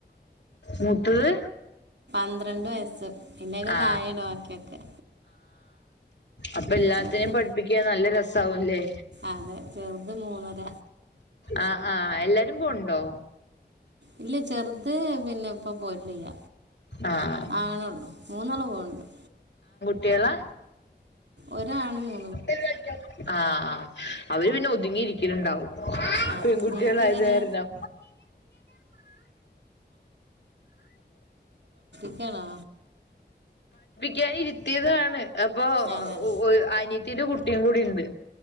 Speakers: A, on the left; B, on the right.
A: മൂത്തത്
B: പന്ത്രണ്ട് വയസ് സ് അയിന്റെക്കെ
A: ആ
B: തായെയാണ് ബാക്കിയൊക്കെ
A: അപ്പെല്ലാത്തിനേം
B: ചെറുത്
A: പഠിപ്പിക്കാ നല്ലരസാവുല്ലേ
B: അതെ ചെറുത് മൂന്നര
A: ആ ആ എല്ലാരുംപോണ്ടോ
B: ഇല്ല ചെറ്ത് പിന്നെ ഇപ്പ പോയിട്ടില്ല
A: ആഹ്
B: ആളൊണ്ടൊ മൂന്നാള്പോവ്ണ്ടൊ
A: ട്ട്യാള
B: ഒരാണ് മൂ
A: <unintelligible> ആ ആ അവര്പിന്നെ ഒതുങ്ങിയിരിക്കണുണ്ടാവും
B: അതെ
A: പെങ്കുട്ടിളായതുകാരണം
B: നിങ്ങൾക്ക് എങ്ങനെ ക്കണാ
A: കേറി ഇരിത്തീതാണ് അപ്പൊ
B: അതെ
A: ഒഒഒഒഒര് അനി ചിരുകുട്ടിയുങ്കൂടിഇണ്ട്